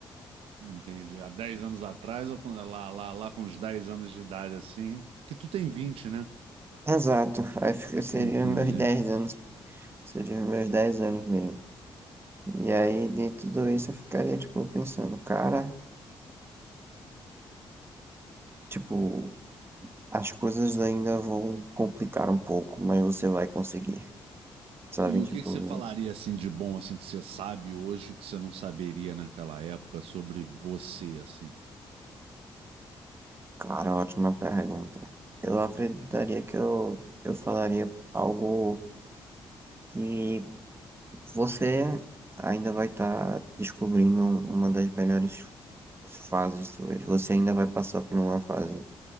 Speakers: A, on the right; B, on the right.
A: Entendi. Há 10 anos atrás ou quando, lá, lá, lá com uns 10 anos de idade assim? Que tu tem vinte né?
B: Exato, aí fica- seria
A: Entendi.
B: os meus 10 anos, seria os meus 10 anos mesmo. E aí de tudo isso eu ficaria tipo pensando, cara, tipo As coisas ainda vão complicar um pouco, mas você vai conseguir. Sabe,
A: E o
B: tipo,
A: que que você falaria assim de bom assim que você sabe hoje que você não saberia naquela época sobre você assim?
B: cara, ótima pergunta. Eu acreditaria que eu, eu falaria algo que você ainda vai estar descobrindo uma das melhores fases suas. Você ainda vai passar por uma fase,